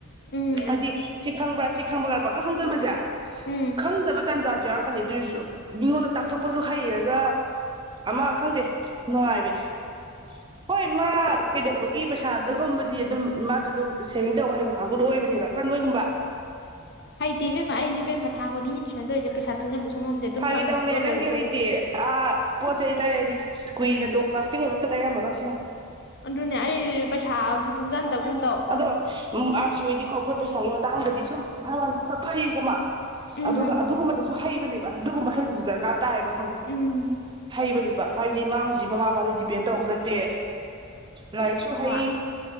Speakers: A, on the left; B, on the right.
A: ꯎꯝ
B: ꯍꯥꯏꯗꯤ ꯁꯤ ꯈꯪꯕ꯭ꯔꯥ ꯁꯤ ꯈꯪꯕ꯭ꯔꯥ ꯄꯛꯍꯪ ꯈꯪꯖꯤꯟꯕꯁꯦ
A: ꯎꯝ
B: ꯈꯪꯗꯕ ꯇꯟꯖꯥꯁꯨ ꯌꯥꯎ ꯇꯜꯂꯤ ꯑꯗꯨꯏꯁꯨ ꯃꯤꯉꯣꯟꯗ ꯇꯥꯛꯊꯣꯛꯄꯁꯨ ꯍꯩꯔꯒ ꯑꯃ ꯈꯪꯗꯦ ꯅꯨꯡꯉꯥꯏꯕꯅꯦ ꯍꯣꯏ ꯃꯥ ꯀꯩꯗꯧꯕꯒꯤ ꯄꯩꯁꯥ ꯑꯗꯨꯒꯨꯝꯕꯗꯤ ꯑꯗꯨꯝ ꯃꯥꯖꯨ ꯑꯗꯨꯝ ꯁꯦꯚꯤꯡ ꯇꯧ ꯍꯩꯕ ꯀꯥꯡꯕꯨꯗꯣ ꯑꯣꯏꯕꯅꯦꯕ ꯅꯣꯏꯒꯨꯝꯕ
A: ꯍꯩꯇꯦꯏꯕꯦꯝꯃ ꯑꯩꯗꯤ ꯏꯕꯦꯝꯃ ꯊꯥ ꯈꯨꯗꯤꯡꯒꯤ ꯇꯨꯏꯁꯟꯇꯧꯔꯤꯖꯦ ꯄꯩꯁꯥ ꯇꯨꯡꯁꯤꯟꯕꯁꯨ ꯉꯝꯗꯦ ꯑꯗꯨꯝ
B: ꯐꯒꯤ
A: ꯐꯪꯉꯒ
B: ꯇꯧꯅꯦ
A: ꯂꯣꯏꯒ
B: ꯅꯪꯗꯤ
A: ꯂꯣꯏꯔꯦ
B: ꯍꯩꯇꯦ ꯑꯥ ꯄꯣꯠ ꯆꯩꯩ ꯂꯩꯔꯅꯤ ꯀꯨꯏꯅ ꯂꯣꯡ ꯂꯥꯁꯇꯤꯡ ꯑꯣꯏꯕ ꯑꯝꯇ ꯂꯩꯔꯝꯃꯔꯣꯏ ꯁꯤꯅ
A: ꯑꯗꯨꯅꯦ ꯑꯩ ꯄꯩꯁꯥꯖꯨ ꯇꯨꯡꯖꯟꯗꯕꯒꯨꯝ ꯇꯧ
B: ꯑꯗꯣ ꯎꯝ ꯑꯥꯔ ꯁꯤꯍꯣꯏꯗꯤꯀꯣ ꯐꯣꯠ ꯄꯩꯁꯥꯒꯤ ꯃꯇꯥꯡꯗꯗꯤ ꯁꯨꯝ ꯚꯥꯏꯋꯥꯅꯤ ꯁꯣꯠ ꯐꯩꯀꯣꯃꯥ
A: ꯎꯝ
B: ꯑꯗꯨꯒ ꯑꯗꯨꯒꯨꯝꯕꯗꯨꯁꯨ ꯍꯩꯕꯅꯦꯕ ꯑꯗꯨꯒꯨꯝꯕ ꯍꯩꯕꯖꯨ ꯗꯔꯀꯥꯔ ꯇꯥꯏꯌꯦꯕ
A: ꯎꯝ
B: ꯍꯩꯕꯅꯤꯛꯄ ꯍꯥꯏꯗꯤ ꯃꯥ ꯍꯧꯖꯤꯛ ꯃꯃꯥ ꯃꯄꯥꯗꯩ ꯗꯤꯄꯦꯟ ꯇꯧꯕ ꯅꯠꯇꯦ ꯂꯥꯏꯔꯤꯛꯁꯨ
A: ꯍꯣꯏ
B: ꯍꯩ